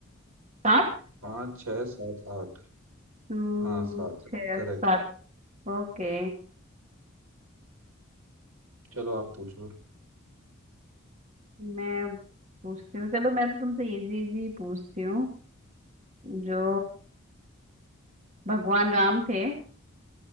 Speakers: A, on the right; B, on the right.
A: सात
B: पाँच छः सात आठ
A: हम्म,
B: हाँ सात
A: छः
B: है करेक्ट
A: सात ओके
B: चलो आप पूछो
A: मैं पूछती हूँ चलो मैं तो तुमसे इजी इजी पूछती हूँ जो भगवान राम थे